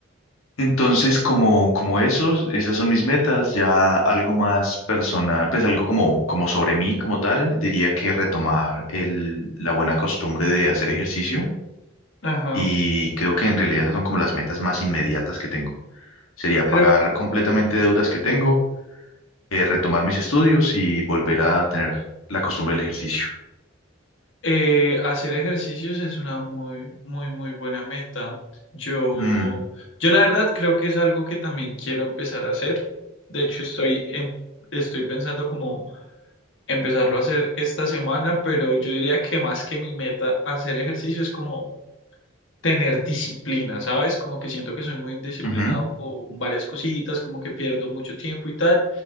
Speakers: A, on the left; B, on the left.
A: Entonces, como, como esos, esas son mis metas, ya algo más personal, pues algo como, como sobre mí, como tal, diría que retomar el, la buena costumbre de hacer ejercicio
B: Ajá.
A: y creo que en realidad esas son como las metas más inmediatas que tengo. Sería
B: Creo
A: pagar completamente deudas que tengo, eh, retomar mis estudios y volver a tener la costumbre del ejercicio.
B: eh, hacer ejercicios es una muy, muy, muy buena meta. Yo,
A: Mm,
B: yo la verdad creo que es algo que también quiero empezar a hacer. De hecho, estoy, em- estoy pensando como empezarlo a hacer esta semana, pero yo diría que más que mi meta hacer ejercicio es como tener disciplina, ¿sabes? Como que siento que soy muy indisciplinado
A: ujú.
B: con varias cositas, como que pierdo mucho tiempo y tal.